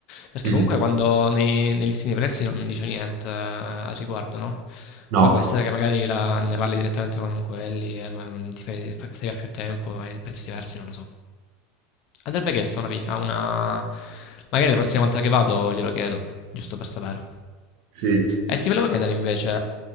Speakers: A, on the left; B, on the right.
A: Perché
B: Mm.
A: comunque quando nei, nei listini dei prezzi non dice niente eh, al riguardo, no?
B: No.
A: Poi può essere che magari la- ne parli direttamente con quelli, eh, ma mm, ti fai, fai- stai per più tempo, hai prezzi diversi, non lo so. Andrebbe chiesto una visita, una... magari la prossima volta che vado glielo chiedo, giusto per sapere.
B: Sì.
A: E ti volevo chiedere invece,